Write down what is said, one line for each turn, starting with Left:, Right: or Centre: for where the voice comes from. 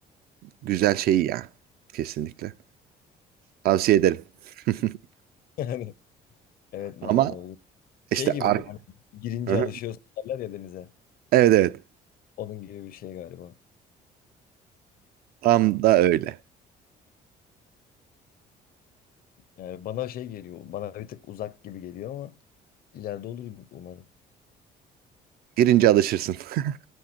Right: güzel şeyi ya. Kesinlikle. Tavsiye ederim. <laughs>
Left: Yani evet ma
Right: Ama
Left: olabilir. Şey
Right: işte
Left: gibi
Right: ar
Left: bu hani girince
Right: Hı hı.
Left: alışıyorsun derler ya denize.
Right: Evet evet.
Left: Onun gibi bir şey galiba.
Right: Tam da öyle.
Left: Yani bana şey geliyor, bana bir tık uzak gibi geliyor ama ileride olur umarım.
Right: Girince alışırsın. <laughs>